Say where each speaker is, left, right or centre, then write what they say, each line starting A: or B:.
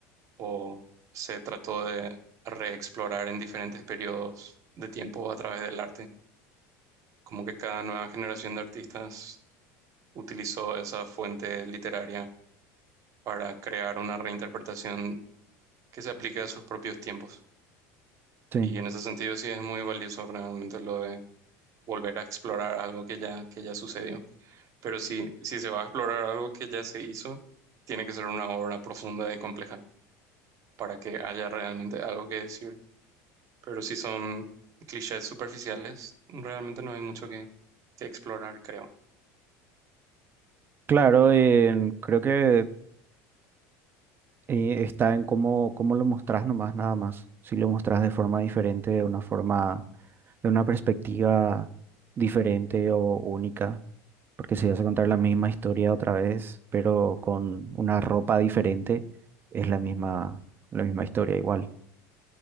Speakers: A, on the right; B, on the right.
A: o se trató de reexplorar en diferentes periodos de tiempo a través del arte. Como que cada nueva generación de artistas utilizó esa fuente literaria para crear una reinterpretación que se aplique a sus propios tiempos.
B: sí.
A: Y en ese sentido sí es muy valioso realmente lo de volver a explorar algo que ya, que ya sucedió. Pero si, si se va a explorar algo que ya se hizo, tiene que ser una obra profunda y compleja para que haya realmente algo que decir. Pero si son clichés superficiales, realmente no hay mucho que, que explorar, creo.
B: Claro, eh, creo que eh, está en cómo, cómo lo mostrás nomás, nada más. Si lo mostrás de forma diferente, de una forma, de una perspectiva diferente o única. Porque si vas a contar la misma historia otra vez, pero con una ropa diferente, es la misma, la misma historia igual.